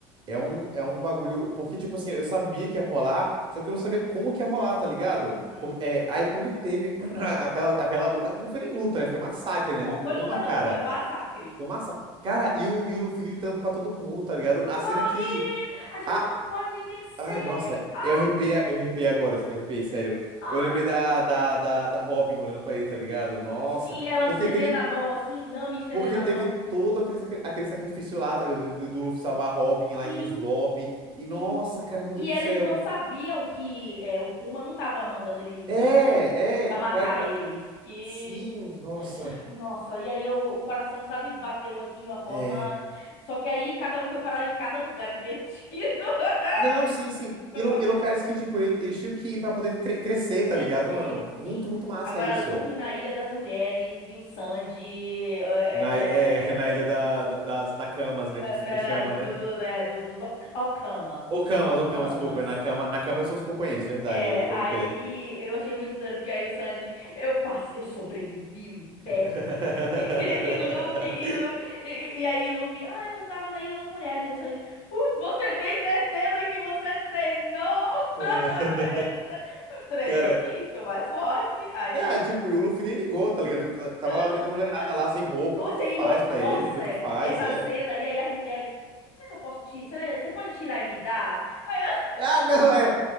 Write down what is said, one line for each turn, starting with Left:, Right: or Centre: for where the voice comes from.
Right: é um, é um bagulho. Porque, tipo assim, eu sabia que ia rolar, só que eu não sabia como que ia rolar, tá ligado?
Left: Uhum,
Right: Por- é,
Left: uhum.
Right: aí quando teve <clears throat> aquela, aquela. lu- ah, Não foi nem luta, né? Foi massacre,
Left: Não,
Right: né? Do Kuma,
Left: foi luta,
Right: cara.
Left: não, foi massacre.
Right: Foi massa. Cara, e o, e o Luffy gritando pra todo mundo, tá ligado? A
Left: Corre!
Right: cena que.
Left: A gente
Right: a
Left: não pode vencer!
Right: Ai, nossa,
Left: Ah,
Right: eu arrepiei, eu arrepiei agora, eu arrepiei, sério.
Left: ah.
Right: Eu lembrei da, da, da, da Robin olhando pra ele, tá ligado? Nossa,
Left: Sim, ela estendendo
Right: porque teve,
Left: a mão assim, Nami estendendo
Right: porque
Left: a
Right: teve
Left: mão.
Right: todo aquele, sacri- aquele sacrifício lá, tá ligado? Do, do Luffy salvar a Robin lá
Left: Sim,
Right: em Enies Lobby. E nossa,
Left: sim.
Right: cara, meu
Left: E
Right: Deus do
Left: eles
Right: céu.
Left: não sabiam que é, o Kuma não tava mandando eles embora,
Right: É,
Left: tipo, pra
Right: é,
Left: matar
Right: pra- pra-
Left: eles. Que.
Right: sim, nossa,
Left: eh, Nossa, e aí eu- o coração, sabe, bateu assim de uma forma.
Right: é.
Left: Só que aí cada um foi parar em cada lugar divertido. <laughs>
Right: Não, sim, sim.
Left: Foi
Right: E,
Left: parar.
Right: lu- e locais que, tipo, ele- eles tinham que ir pra poder cre- crescer, tá
Left: Crescer,
Right: ligado, mano?
Left: sim.
Right: Muito, muito massa
Left: Agora,
Right: isso.
Left: Luffy na Ilha das Mulheres e o Sanji eh, eh,
Right: Na, é, <laughs> na
Left: eh,
Right: ilha da,
Left: eh,
Right: da- das Nakamas,
Left: na-
Right: né, que,
Left: na-
Right: que chama,
Left: na- do,
Right: né?
Left: do- do- é, do- dos Ok- Okama, dos
Right: Ô, Camas,
Left: Okamas.
Right: ô, Camas, desculpa. é Na cama, na cama são os companheiros, verdade,
Left: É,
Right: eu- pode
Left: aí
Right: crer.
Left: eu achei muito zoeiro, porque aí o Sanji, eu passe eu sobrevivi o inferno.
Right: <laughs>
Left: <laughs> E, Luffy, e Luffy, e, e- e aí Luffy, ah, eu tava na Ilha das Mulheres. E o Sanji, "Uh, você tem certeza que você treinou?
Right: É,
Left: <laughs> Eu treinei
Right: Cara,
Left: sim, tô mais forte. A gente,
Right: ah, tipo, e o Luffy nem ligou, tá ligado? Ele t- tava
Left: "Olha,
Right: lá meio da mulherada
Left: não,
Right: lá, sem roupa,
Left: você
Right: tanto faz
Left: enrolou.
Right: pra
Left: Nossa,
Right: ele, tanto faz,
Left: essa
Right: é.
Left: cena, e aí as mulheres, será que eu posso tirar? Será, você pode tirar e me dar? Aí
Right: Ah, não, é.